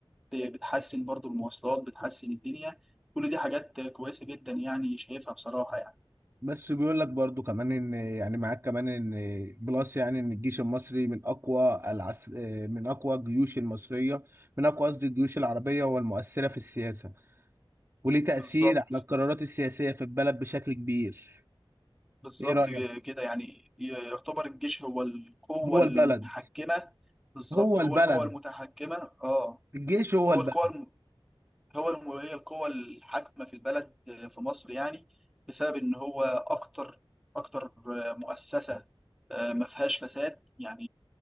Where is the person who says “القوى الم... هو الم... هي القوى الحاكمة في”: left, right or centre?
Centre